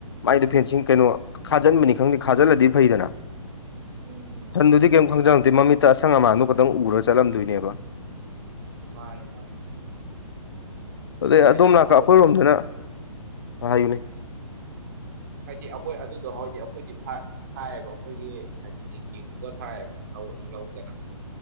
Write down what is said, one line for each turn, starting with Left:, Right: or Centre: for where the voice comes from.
Left: ꯃꯥꯏꯗꯣ ꯐꯦꯟꯁꯤꯡ ꯀꯩꯅꯣ ꯈꯥꯖꯟꯕꯅꯤ ꯈꯪꯗꯦ ꯈꯥꯖꯜꯂꯗꯤ ꯐꯩꯗꯅ
Right: ꯎꯝ ꯎꯝ
Left: ꯐꯟꯗꯨꯗꯤ ꯀꯩꯝ ꯈꯪꯉꯗꯦ ꯃꯃꯤꯠꯇ ꯑꯁꯪ ꯑꯃꯥꯟꯗꯨꯣ ꯈꯛꯇꯪ ꯎꯔꯒ ꯆꯠꯂꯝꯗꯣꯏꯅꯦꯕ
Right: ꯃꯥꯅꯦ ꯃꯥꯅꯦ
Left: ꯑꯗꯩ
Right: ꯍꯥꯏꯗꯤ
Left: ꯑꯗꯣꯝ ꯂꯅꯥꯀ
Right: ꯑꯩꯈꯣꯏ
Left: ꯑꯩꯈꯣꯏꯔꯣꯝꯗꯅ ꯍꯥꯏꯌꯨꯅꯦ
Right: ꯍꯥꯏꯗꯤ ꯑꯩꯈꯣꯏ ꯑꯗꯨꯗꯣ ꯍꯥꯏꯗꯤ ꯑꯩꯈꯣꯏꯗꯤ ꯈꯥꯏꯌꯦꯕ ꯑꯩꯈꯣꯏꯒꯤ ꯍꯥꯏꯗꯤ ꯎꯒ ꯊꯥꯏ ꯂꯎꯗꯅ